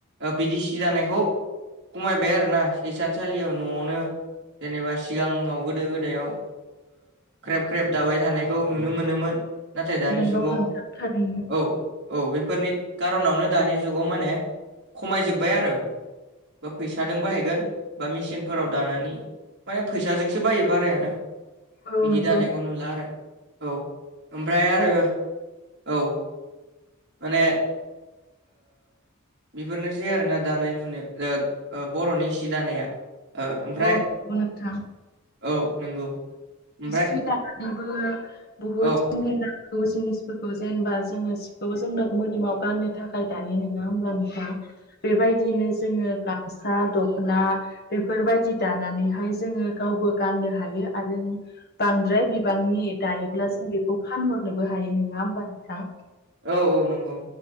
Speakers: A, on the right; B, on the left.
A: बिदि सि दानायखौ खमायबाय आरोना हिसान थसालियाव न'आवनो जेनेबा सिगाङाव गोदो गोदायाव ख्रेब ख्रेब दाबाय थानायखौ नुनो मोनोमोन। नाथाय दानि
B: नंगौ
A: जुगाव
B: नोंथां थारैनो।
A: औ। औ बेफोरनि खारनावनो दानि जुगाव माने खमायजोबबाय आरो। बा फैसादों बायहैगोन। बा मेसिनफोराव दानानै माने फैसाजोंसो बायो बारायानो
B: औ
A: बिदि
B: नंगौ।
A: दानायखौ नुला आरो औ ओमफ्राय
B: औ
A: आरो औ। माने बेफोरनोसै आरोना दानाय लुनाय बर'नि सि दानाया ओ ओमफ्राय
B: औ नोंथां।
A: औ नंगौ ओमफ्राय
B: सि दानायनिबो बुहुद
A: औ
B: जोंनि जिनिसफोरखौ जेनेबा जोङो सिखौ जोंनो मोदोमाव गाननो थाखाय दायो नङा होमबा नोंथां। बेबायदिनो जोङो गामसा दखना बे फोरबायदि दानानैहाय जोङो गावबो गाननो हायो आरो बांद्राय बिबांनि दायोब्ला जों बेखौ फानहरनोबो हायो नङा होमबा नोंथां।
A: औ औ नंगौ।